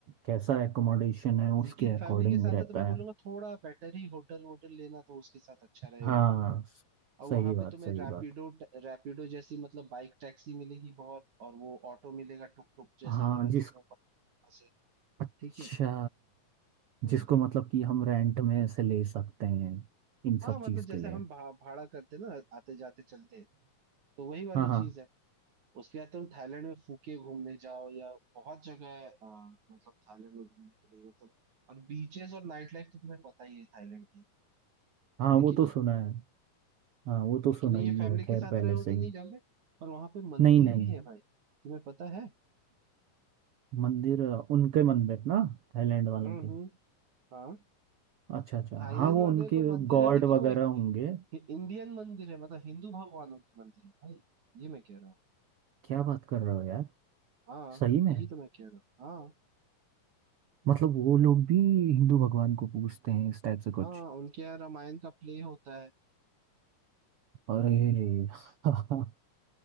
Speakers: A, on the right; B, on the right.
A: कैसा एकोमोडेशन
B: हाँ
A: है उसके
B: लेकिन
A: अकॉर्डिंग
B: फैमिली के साथ
A: रहता
B: है तो मैं बोलूंगा
A: है
B: थोड़ा बेटर ही होटल होटल लेना तो उसके साथ अच्छा रहेगा
A: हाँ स-
B: और
A: सही
B: वहां
A: बात
B: पे तुम्हें
A: सही
B: रैपिडो
A: बात
B: रैपिडो जैसी मतलब बाइक टैक्सी मिलेगी बहुत और वो ऑटो मिलेगा टुक टुक जैसा
A: हाँ
B: वाला
A: जिस
B: जो तुम्हें पता है वहाँ से,
A: अच्छा
B: ठीक है हाँ
A: जिसको मतलब कि हम रेंट में से ले सकते हैं इन
B: हाँ
A: सब
B: मतलब
A: चीज़
B: जैसे
A: के लिए
B: हम भा, भाड़ा करते ना आते जाते चलते तो वही वाली
A: हाँ हाँ
B: चीज है उसके बाद तुम थाईलैंड में फूके घूमने जाओ या बहुत जगह है अ, मतलब थाईलैंड में घूमने के लिए मतलब और बीचेस और नाइट लाइफ तो तुम्हें पता ही है थाईलैंड की
A: हाँ
B: है
A: वो
B: कि
A: तो
B: नहीं
A: सुना है हाँ वो तो
B: लेकिन
A: सुना
B: ये
A: ही
B: फैमिली
A: है खैर
B: के साथ
A: पहले
B: रहे हो
A: से
B: तो
A: ही
B: नहीं जाओगे और वहां पे मंदिर
A: नहीं नहीं
B: भी है भाई तुम्हें पता है
A: मंदिर उनके मंदिर ना थाईलैंड वालों
B: हम्म
A: के
B: हम्म हाँ
A: अच्छा अच्छा
B: थाईलैंड
A: हाँ वो
B: वाले
A: उनके
B: को मंदिर
A: गॉड
B: है लेकिन
A: वगैरह
B: वो इ-
A: होंगे
B: इ- इंडियन मंदिर है मतलब हिंदू भगवानों की मंदिर है भाई ये मैं कह रहा हूँ
A: क्या बात कर रहे हो यार
B: हाँ
A: सही में
B: यही तो मैं कह रहा हूँ हाँ
A: मतलब वो लोग भी हिंदू भगवान को पूजते हैं इस टाइप से
B: हाँ
A: कुछ
B: उनके यहाँ रामायण का प्ले होता है
A: अरे <laughs>